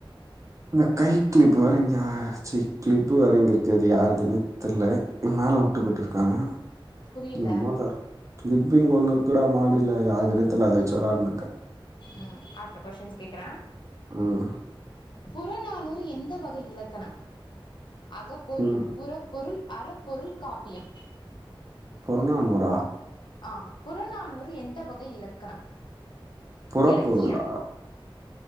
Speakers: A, on the right; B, on the left.
A: இந்த கை கிளிப்பு வேற இங்க சீ கிளிப்பு வேற இங்க இருக்குது யாருதுன்னு தெரியல என் மேல உட்டு போயிட்டு இருக்காங்க
B: புரியல
A: நம்மதார் கிளிப்பு இங்க ஒன்னு இருக்குல்ல மடில யாருதுனே தெர்ல அதா வெச்சி விளாடினு இருக்க
B: ம் அடுத்த கொஸ்டின்ஸ் கேக்குறேன்
A: ம்
B: புறநானூறு எந்த வகை இலக்கணம் அகப்பொருள்
A: ம்
B: புறப் பொருள் அறப்பொருள் காப்பியம்
A: புறநானுறா
B: ஆ புறநானூறு எந்த வகை இலக்கணம்
A: புறப்பொருளா
B: இலக்கியம்